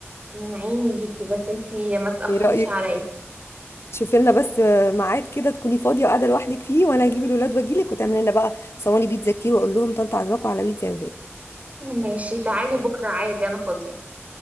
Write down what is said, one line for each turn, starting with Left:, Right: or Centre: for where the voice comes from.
Right: من عيني ليكي بس انتي ما تأخريش
Left: ايه رايك
Right: عليا
Left: شوفي لنا بس ميعاد كده تكوني فاضيه وقاعده لوحدك فيه وانا اجيب الولاد واجيلك وتعملي لنا بقى صواني بيتزا كتير واقول لهم طنط عزمكم على بيتزا يا ولاد
Right: ماشي تعالي بكرة عادي انا فاضية